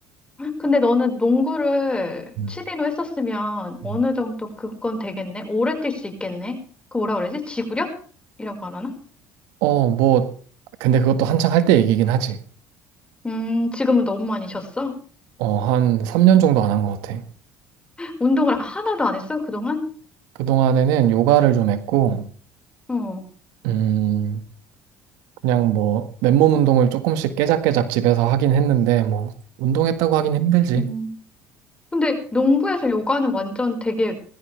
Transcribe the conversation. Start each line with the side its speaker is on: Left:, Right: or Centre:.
Left: 근데 너는 농구를
Right: 음.
Left: 취미로 했었으면 어느
Right: 음.
Left: 정도 그건 되겠네? 오래 뛸 수 있겠네? 그 뭐라 그러지? 지구력? 이라고 하나?
Right: 어, 뭐, 근데 그것도 한창 할 때 얘기긴 하지.
Left: 음, 지금은 너무 많이 쉬었어?
Right: 어, 한 3년 정도 안 한 것 같아.
Left: 운동을 하나도 안 했어, 그동안?
Right: 그동안에는 요가를 좀 했고,
Left: 어.
Right: 음, 그냥 뭐, 맨몸 운동을 조금씩 깨작깨작 집에서 하긴 했는데, 뭐, 운동했다고 하긴 힘들지.
Left: 음. 근데 농구에서 요가는 완전 되게